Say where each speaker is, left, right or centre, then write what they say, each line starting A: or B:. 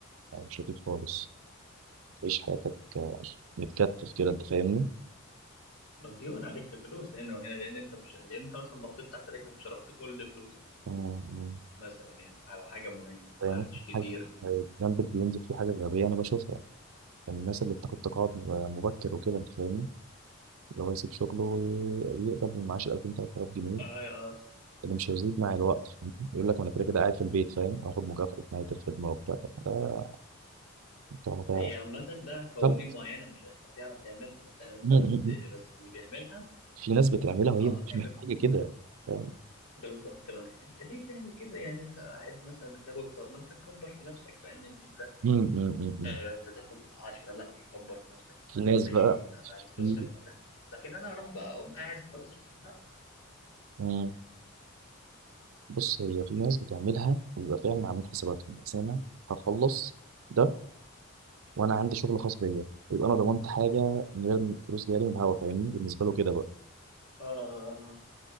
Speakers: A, on the right; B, on the left.
A: يعني مش لطيف خالص تعيش حياتك آه، متكتف كده انت فاهمني
B: ما ديون عليك فلوس هنا وهنا لان انت مش لان انت مثلا بصيت تحت رجلك وصرفت كل فلوسك
A: آه، آه.
B: مثلا يعني على حاجه معينه
A: يعني
B: ما عرفتش
A: ممكن
B: تدير
A: حاجة
B: الموضوع
A: جنبك بينزل في حاجة غبية أنا بشوفها يعني الناس اللي بتاخد تقاعد مبكر وكده أنت فاهمني اللي هو يسيب شغله ويقبل من معاش 2000 3000 جنيه
B: اه آه.
A: اللي مش هيزيد مع الوقت يقول لك ما أنا كده كده قاعد في البيت فاهم هاخد مكافأة نهاية الخدمة وبتاع طب ما ده طب ما ده
B: هي عامة لها قوانين
A: غلط
B: معينة مش أي حد يعرف يعملها أنت فاهم أنت
A: م-
B: بس
A: م- م.
B: بس اللي بيعملها
A: في ناس بتعملها وهي
B: أعتقد
A: مش
B: ب-
A: محتاجة كده فاهم؟
B: بالظبط ما أنت ليه تعمل كده يعني أنت قاعد مثلا بتاخد طب ما أنت تكبر في نفسك فاهم يعني أنت
A: م- م- م-
B: آه
A: م.
B: بتاخد 10 لا كبر في نفسك أما
A: في ناس
B: تاخد 20
A: بقى
B: هتعرف تصرف
A: في
B: هتعرف لكن أنا أروح بقى أقوم قاعد خلاص لا
A: مم. بص هي في ناس بتعملها وبيبقى فعلا عاملين حساباتهم بس انا هخلص ده وانا عندي شغل خاص بيا ويبقى انا ضمنت حاجه من غير فلوس جاري من الهوا فاهمني بالنسبه له كده بقى
B: آه